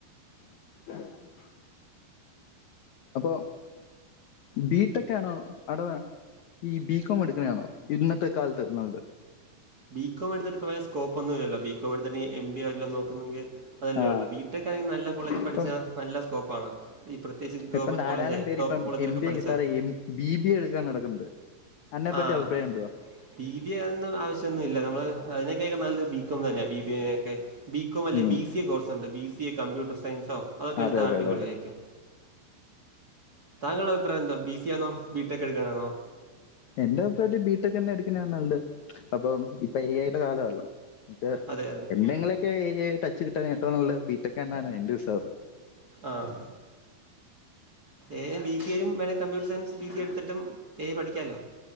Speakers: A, on the left; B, on the right.
A: <inaudible> അപ്പൊ ബീട്ടക്കാണോ അടോ ഈ ബി കോം എടുക്ക് ണെയാണോ ഇന്നത്തെ കാലത്ത് നല്ലത്
B: ബി കോം എടുത്തിട്ട് ഇപ്പ പഴേ സ്കോപ്പൊന്നു ഇല്ലല്ലോ ബി കോം എടുത്തിട്ട് എം ബി എ വല്ലോ നോക്കുന്നെങ്കി അതല്ലേ
A: ആ
B: ഉള്ളൂ ബിടെക്ക് ആണെങ്കി നല്ല കോളേജി പഠിച്ചാ
A: ഇപ്പം
B: നല്ല സ്കോപ്പാണ് ഈ പ്രത്യേകിച്ച് ഗവൺമെന്റ്
A: ഇപ്പം ധാരാളം
B: കോളേജേ
A: പേര്
B: ടോപ്പ്
A: ഇപ്പം
B: കോളേജിലൊക്കെ
A: എം ബി
B: പഠിച്ചാ
A: എ കിട്ടാതെ എം ബി ബി എ എടുക്കാൻ നടക്കുന്നുണ്ട് അതിനെ പറ്റി
B: ആഹ്
A: അഭിപ്രായം എന്തുവാ
B: പി വി എ ഒന്നും ആവശ്യം ഒന്നുല്ല നമ്മള് അതിനേക്കായൊക്കെ നല്ലത് ബി കോം തന്നെയാ ബി ബി എയൊക്കെ ബി കോം അല്ലെ
A: ഉം
B: ബീസ് സി കോഴ്സ് ഒണ്ട് ബി സി എ കമ്പ്യൂട്ടർ സയൻസോ അതൊക്കെ
A: അതെ
B: എടുത്താ
A: അതെ
B: അടിപൊളിയായിരിക്കും
A: അതെ അതെ
B: താങ്കളുടെ അഭിപ്രായം എന്താ ബി സി ആണോ ബിടെക് എടുക്കണാണോ
A: എന്റെ അഭിപ്രായത്തി ബിടെക് തന്നെ എടുക്കണയാ നല്ലേ അപ്പൊ ഇപ്പം എ ഐ യുടെ കാലല്ലോ മറ്റേ
B: അതെ അതെ
A: എന്തെങ്കിലൊക്കെ ഈ ടച്ച് കിട്ടണെ ഏറ്റവും നല്ലത് ബിടെക് തന്നാണ് എന്റെ വിശ്വാസം
B: ആഹ് എ ഐ ബി സ യും വേണേ കമ്പ്യൂട്ടർ സയൻസ് ബി സി എട്ത്തിട്ടും ഏ പഠിക്കാലോ